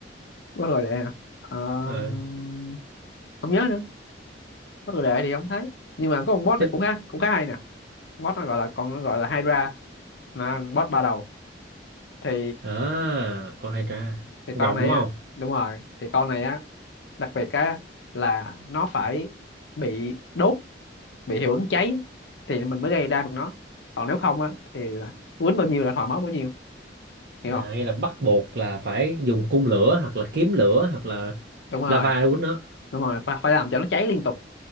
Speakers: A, on the left; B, on the right.
A: quá rồi đệ à Ờm,
B: ờ
A: không nhớ nữa quá rồi đệ thì không thấy nhưng mà có con boss
B: chích
A: này cũng khá cũng khá hay nè boss nó gọi là còn gọi là Hydra là boss ba đầu thì
B: à con hay tra
A: thì
B: Con
A: con
B: rồng
A: này
B: đúng không
A: á đúng rồi thì con này á đặc biệt á là nó phải bị đốt bị hiệu ứng cháy thì mình mới gây ra được nó còn nếu không á thì là quýnh bao nhiêu là thòi máu bấy nhiêu hiểu
B: à
A: không
B: nghĩa là bắt buộc là phải dùng cung lửa hoặc là kiếm lửa hoặc là
A: đúng rồi
B: lava để quýnh nó
A: đúng rồi phải, phải làm cho nó cháy liên tục